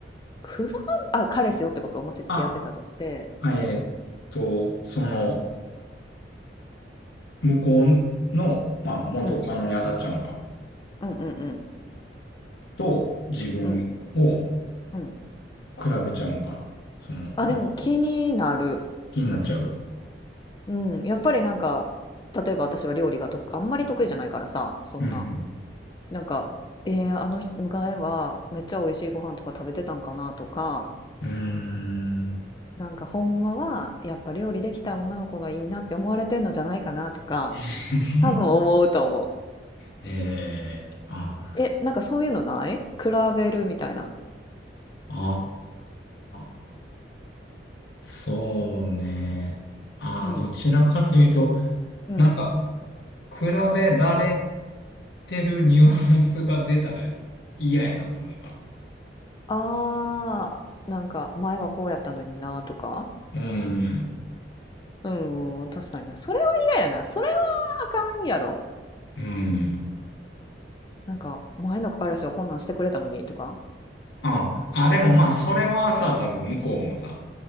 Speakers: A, on the left; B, on the left.
A: 比べ、あ、彼氏よってことをもし付き合ってたとして、
B: あえーっと、その、向こうの、まあ、
A: うん、
B: 元カノに当たっちゃうんか。
A: うん、うん、うん、
B: と、自分を
A: うん、うん、うん。
B: 比べちゃうんかな。その、
A: あ、
B: まあ
A: でも気になる。
B: 気になっちゃう。
A: うん、やっぱりなんか例えば私は料理がとあんまり得意じゃないからさそんな
B: うん
A: なんかえー、あの人迎えはめっちゃ美味しいご飯とか食べてたんかなとか
B: うん。うーん。
A: なんかほんまはやっぱ料理できた女の子がいいなって思われてんのじゃないかなとか
B: <laughs>
A: 多分思うと思う。
B: えー、あ、
A: え、なんかそういうのない比べるみたいな。
B: あー、そうね。あー、
A: うん。
B: どちらかというと、
A: うん。
B: なんか、比べられてるニュアンスが出たら嫌やなって思うかな。
A: あー、なんか前はこうやったのになとか。
B: うん。
A: うん、うん確かにな。それは嫌やな。それはあかんやろ。
B: うん。
A: なんか、前の彼氏はこんなんしてくれたのにとか、
B: ああ、でもまあ、それはさ、多分向こうもさ、